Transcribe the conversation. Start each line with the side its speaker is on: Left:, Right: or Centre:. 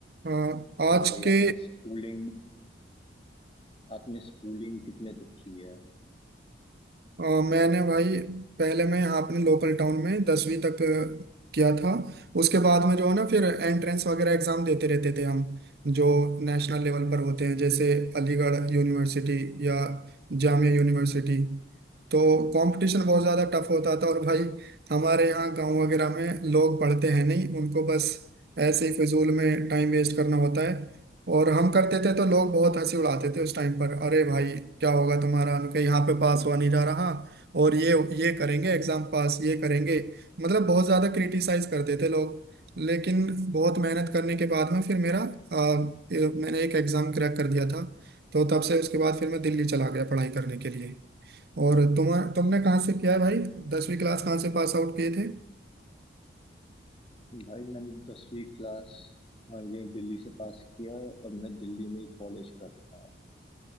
Right: हाँ,
Left: तो
Right: आज
Left: भाई
Right: के
Left: आपने स्कूलिंग आपने स्कूलिंग कितने तक की है
Right: अ, मैंने भाई पहले मैं यहाँ अपने लोकल टाउन में दसवीं तक अ, किया था उसके बाद में जो है ना फिर एंट्रेंस वगैरह एग्जाम देते रहते थे हम जो नेशनल लेवल पर होते हैं जैसे अलीगढ़ यूनिवर्सिटी या जामिया यूनिवर्सिटी तो कंपटीशन बहुत ज़्यादा टफ होता था और भाई हमारे यहाँ गांव वगैरह में लोग पढ़ते हैं नहीं उनको बस ऐसे ही फिजूल में टाइम वेस्ट करना होता है और हम करते थे तो लोग बहुत हंसी उड़ाते थे उस टाइम पर अरे भाई क्या होगा तुम्हारा उनके यहाँ पे पास हुआ नहीं जा रहा और ये ये करेंगे एग्जाम पास ये करेंगे मतलब बहुत ज्यादा क्रिटिसाइज करते थे लोग लेकिन बहुत मेहनत करने के बाद में फिर मेरा अ, ए- मैंने एक एग्जाम क्रैक कर दिया था तो तब से उसके बाद फिर मैं दिल्ली चला गया पढ़ाई करने के लिए और तुम तुमने कहाँ से किया है भाई दसवीं क्लास कहाँ से पास आउट किए थे
Left: भाई मैंने दसवीं क्लास हाँ यही दिल्ली से पास किया और मैं दिल्ली में ही कॉलेज कर रहा